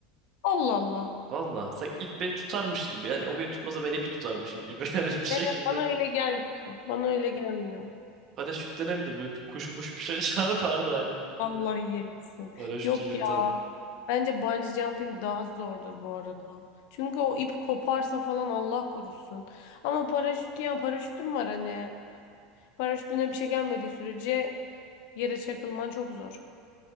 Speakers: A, on the left; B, on the right.
A: Allah Allah.
B: Valla sanki ip beni tutarmış gibi. Yani o beni tutmasa ben ipi tutarmışım gibi. <laughs> Yani bir şekilde.
A: Ben, bana öyle gelmiyor. Bana öyle gelmiyor.
B: Paraşütte ne bileyim böyle bir kuşmuş bir şey <laughs> çarpardı hani.
A: Allah yesin.
B: Paraşütü
A: Yok
B: yırtardı.
A: ya bence bungee jumping daha zordur bu arada. Çünkü o ip koparsa falan Allah korusun. Ama paraşüt yani paraşütüm var hani. Paraşütüne bir şey gelmediği sürece yere çakılman çok zor.